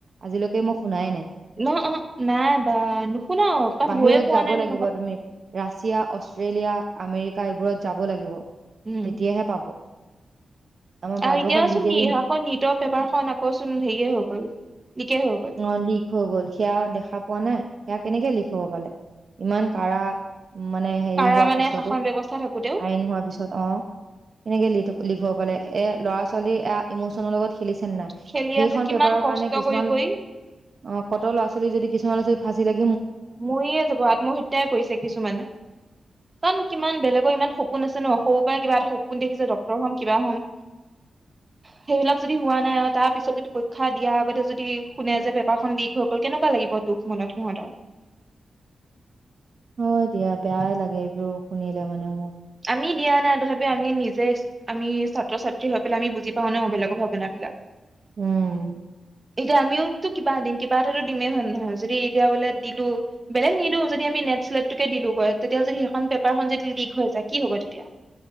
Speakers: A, on the right; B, on the right.
A: আজিলৈকে মই শুনাই নাই।
B: ন' অ', নাই বা নুশুনা অকণ
A: বাহিৰত
B: হৈয়ে পোৱা
A: যাব
B: নাই
A: লাগিব
B: তেনেকুৱা।
A: তুমি ৰাছিয়া অষ্ট্ৰেলিয়া আমেৰিকা এইবোৰত যাব লাগিব তেতিয়াহে
B: উম
A: পাব আমাৰ ভাৰতবৰ্ষত
B: আৰু এতিয়াওচোন
A: লিগেলি
B: আকৌ লিক ত পেপাৰখন আকৌচোন হাৰি হৈ গল নিকেই হৈ গ'ল
A: অ লিক হৈ গ'ল সেয়া দেখা পোৱা নাই সেয়া কেনেকৈ লিক হব পালে ইমান কাৰা মানে হেৰি
B: কাৰা
A: হোৱাৰ
B: মানে
A: পিছতো
B: শাসন ব্যৱস্থা থাকোতেও
A: আইন হোৱাৰ পিছত অ এনেকে লিটু লিখাব পালে এ ল'ৰা ছোৱালী এ ইমচনৰ লগত খেলিছে নাই
B: খেলি
A: সেইখন
B: আছে কিমান
A: পেপাৰৰ
B: কষ্ট
A: কাৰণে কিছুমান
B: কৰি কৰি
A: অ কটৰ লৰা ছোৱালী যদি কিছুমান আ ফাঁচি লাগে
B: ময়ে যাব আত্মহত্যাই কৰিছে কিছুমানে কাৰণ কিমান বেলেগ ইমান সপোন আছে ন সৰুৰ পৰা কিবা এটা সপোন দেখিছে ডক্তহ'ম কিবা হ'ম সেইবিলাক যদি হোৱা নাই আৰু তাৰ পিছত যদি পৰীক্ষা দিয়া আগতে যদি শুনে যে পেপাৰখন লিক হৈ গ'ল কেনেকুৱা লাগিব দুখ মনত সিহঁতৰ।
A: হয় দিয়া বেয়াই লাগে এইবোৰ শুনিলে মানে মোৰ
B: আমি দিয়া নাই তথাপি আমি নিজে আমি ছাত্ৰ ছাত্ৰী হৈ পেলাই আমি বুজি পাওঁ বেলেগৰ ভাৱন বিলাক
A: উম
B: এতিয়া আমিওটো কিবা দিম কিবা এটা দিমে হ নহয় যদি এতিয়া বোলে দিলো বেলেগে নিদি য নেক্সট্ লেট টো দিলো তেতিয়া সেইখন পেপাৰ টো লিক হৈ যায় তেতিয়া কি হব।